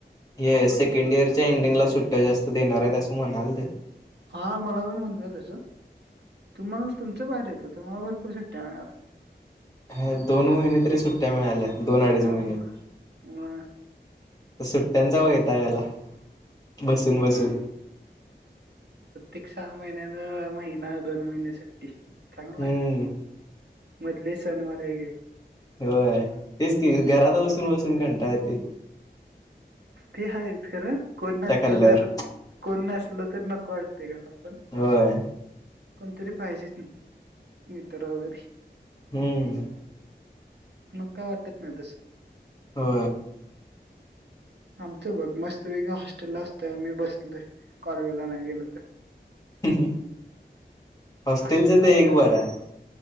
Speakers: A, on the left; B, on the right.
A: हे सेकंड इयरच्या एंडिंगला सुट्ट जास्त देणार आहेत असं म्हणाल ते.
B: हा मला पण म्हणलंय त्याचं तुम्हाला तुमचं बाहेर येतं तुम्हाला भरपूर सट्ट्या मिळाल्या.
A: हे दोन महिने तरी सुट्ट्या मिळाल्या. दोन अडीच
B: हाम
A: महिने तर
B: मी.
A: सुट्ट्यांचा वैताग आला. बसून बसून.
B: एक सहा महिन्यान महिना दोन महिने सुट्टी. चांगलंय.
A: हम्म
B: मधले सणवार हे गे.
A: होय तेच की घरात बसून बसून कंटाळ येते.
B: ते हाय. खरं कोण नसल
A: खाल्ल्यावर
B: तर कोण नसल तर नको वाटतेय घरात पण.
A: होय
B: कोणतरी पाहिजे मित्र वगैरे.
A: हम्म.
B: मग का वाटत नाही तस
A: हो
B: आमच बघ मस्त वेगळ हॉस्टेलला असतोय आम्ही बसलोय कॉलेजला नाही गेलो तर
A: ह ह हॉस्टेल
B: हॉस्टेलला
A: जे ते एक
B: असंच
A: बार आहे